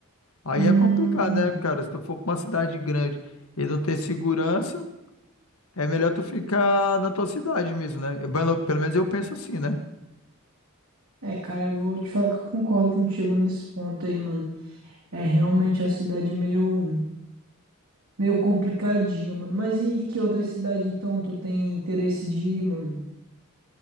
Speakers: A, on the left (about 80°); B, on the right (about 85°).
A: Aí
B: Hum.
A: é complicado, né, cara? Se tu for pra uma cidade grande e não ter segurança. É melhor tu ficar na tua cidade mesmo, né? Pelo pelo menos eu penso assim, né?
B: É, cara, eu vou te falar que eu concordo contigo nesse ponto aí, mano. É realmente a cidade meio, meio complicadinha, mano. Mas e que outra cidade, então, tu tem interesse de ir, mano?